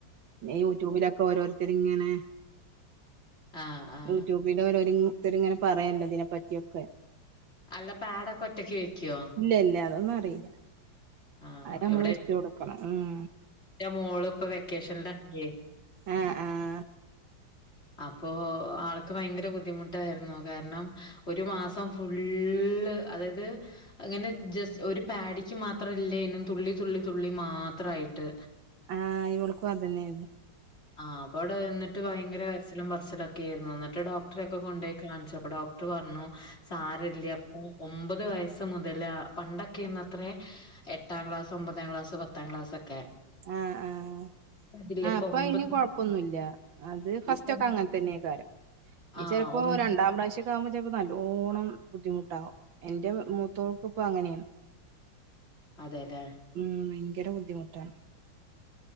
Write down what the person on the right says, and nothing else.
യൂട്യൂബിലൊക്കെ ഓരോരുത്തർ ഇങ്ങനെ
യൂട്യൂബിൽഓരോര് ഇങ്ങനെ പറയല്ലോ ഇതിനെപ്പറ്റിയൊക്കെ
ഇല്ല ഇല്ല അതൊന്നും അറീല്ല.
അത് നമ്മള്
വച്ചു കൊടുക്കണം ഉം
ആഹ ആഹ
ആഹ് ഇവൾക്കു അതന്നെ ഇരുന്നു
ആഹ ആഹ്
ആഹ
അപ്പൊ
ഇനി കൊഴപ്പൊന്നുമല്ല അത് ഫസ്റ്റൊക്കെ
അങ്ങനെ തന്നെയൊക്കൊര്യം ഇനി
ചിലപ്പോ
രണ്ടാം പ്രാവശ്യം <unintelligible> മ്പോ ചപ്പോ നല്ലോണ്ണം ബുദ്ധിമുട്ടകും എന്റെ മൂത്തോൾക് ഇപ്പ അങ്ങനെയാണ്
ഉം ഭയങ്കര ബുദ്ധിമുട്ടാണ്